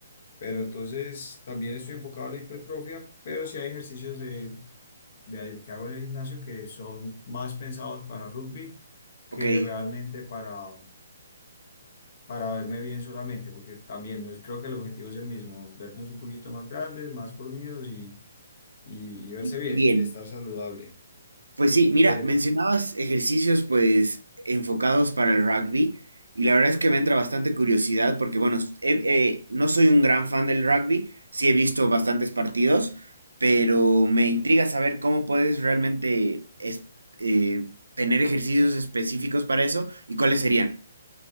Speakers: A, on the left (about 50°); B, on the right (about 80°).
A: pero entonces también estoy enfocado en la hipertrofia, pero sí hay ejercicios de, de que hago en el gimnasio que son más pensados para rugby que
B: Ok, y-
A: realmente para para verme bien solamente, porque también nos- creo que el objetivo es el mismo, vernos un poquito más grandes, más fornidos y, y, y verse
B: y
A: bien
B: bien.
A: y estar saludable.
B: Pues sí, mira,
A: Pero,
B: mencionabas ejercicios pues enfocados para el rugby y la verdad es que me entra bastante curiosidad porque bueno, s- he- eh, no soy un gran fan del rugby, sí he visto bastantes partidos, pero me intriga saber cómo puedes realmente es- eh, tener ejercicios específicos para eso y cuáles serían.